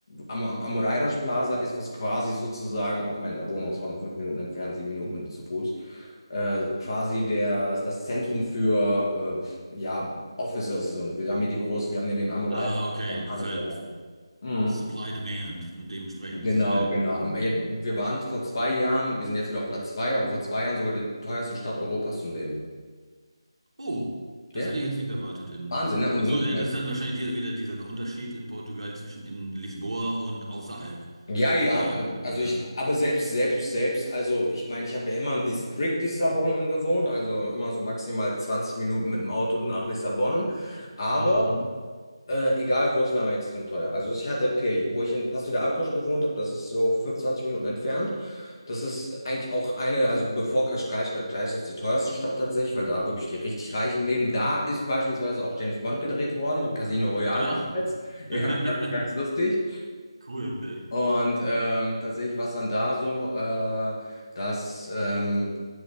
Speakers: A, on the left; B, on the right.
A: am, am, am Raiders Plaza ist, was quasi sozusagen, auch meine Wohnung ist auch noch fünf Minuten entfernt, sieben Minuten mit, zu Fuß, äh, quasi der, das Zentrum für, äh, ja, Officers und wir haben hier die großen, wir haben hier den Amoreider
B: Ah, okay.
A: und
B: Das
A: alles.
B: ist halt
A: Ja. Mhm.
B: Supply Demand. Und dementsprechend
A: Genau,
B: ist es halt.
A: genau. Am- ja, Wir waren vor zwei Jahren, wir sind jetzt wieder auf Platz zwei, aber vor zwei Jahren sogar die teuerste Stadt Europas zum Leben.
B: Oh, das
A: Ja,
B: hätte ich jetzt nicht erwartet in.
A: Wahnsinn, ne? Und
B: Ach
A: du
B: so,
A: musst
B: ne,
A: noch mal.
B: das ist dann wahrscheinlich dieser, wieder dieser Unterschied in Portugal zwischen in Lisboa und außerhalb
A: Ja, ja,
B: der.
A: also,
B: Ne?
A: also ich, aber selbst, selbst, selbst, also ich meine, ich habe ja immer im Distrikt Lissabon gewohnt, also immer so maximal 20 Minuten mit dem Auto nach Lissabon. Aber
B: Mhm.
A: Äh, egal wo, es war immer extrem teuer. Also ich hatte, okay, wo ich in Paso de Arcos gewohnt habe, das ist so 25 Minuten entfernt. Das ist eigentlich auch eine, also bevor Cascais, Cascais ist die teuerste Stadt tatsächlich, weil da wirklich die richtig Reichen leben. Da ist beispielsweise auch James Bond gedreht worden, Casino Royale
B: Ja.
A: damals. <laughs> Ja,
B: <laughs>
A: ganz, ganz lustig.
B: Cool.
A: Und ähm, tatsächlich war es dann da so, äh, dass ähm,